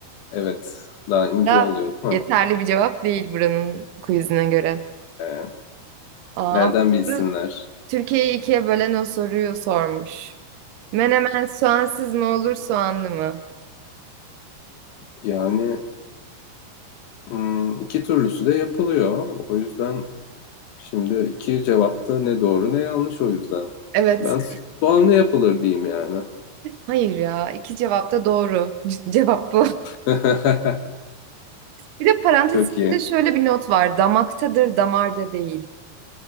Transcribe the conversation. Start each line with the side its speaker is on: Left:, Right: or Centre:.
Left: Evet. Daha ince
Right: Da
Left: oluyor değil
Right: yeterli
Left: mi?
Right: bir cevap değil buranın quizine göre.
Left: Ee,
Right: Aa,
Left: nereden
Right: bu
Left: bilsinler?
Right: soru Türkiye'yi ikiye bölen o soruyu sormuş. Menemen soğansız mı olur soğanlı mı?
Left: Yani hmm, iki türlüsü de yapılıyor. O yüzden şimdi iki cevapta ne doğru ne yanlış o yüzden.
Right: Evet.
Left: Ben soğanlı yapılır diyeyim yani.
Right: Hayır ya. iki cevap da doğru. <laughs> Cevap bu.
Left: <laughs>
Right: Bir de parantez
Left: Çok
Right: içinde
Left: iyi.
Right: şöyle bir not var. Damaktadır, damarda değil.